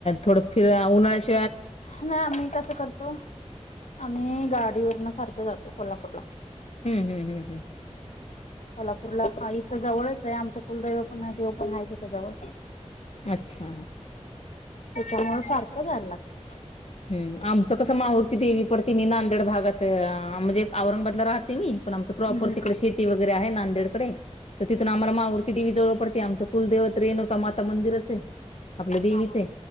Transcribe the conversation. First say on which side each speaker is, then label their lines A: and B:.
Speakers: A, on the left (about 65°); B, on the left (about 85°).
A: थोडं फिर उन्हाळ्या
B: नाही आम्ही कसं करतो आम्ही गाडीवरन सारखं जातो कोल्हापूरला
A: हम्म हम्म हम्म हम्म
B: कोल्हापूरला हा इथं जवळच आहे आमचं कुलदैव पण देव पण आहे तिथे जवळ
A: अच्छा
B: त्याच्यामुळे सारखं जायला लागतं
A: हम आमचं कसं माहूरची देवी पडते मी नांदेड भागात म्हणजे औरंगाबाद राहते मी पण आमच प्रॉपर
B: हम्म
A: तिकडे शेती वगैरे आहे नांदेडकडे तर तिथून
B: हा
A: आम्हाला माऊरची दिवी जवळ पडते आमचं कुलदैवत रेणुका का माता मंदिरचे आपल्या देवीचे
B: हा हा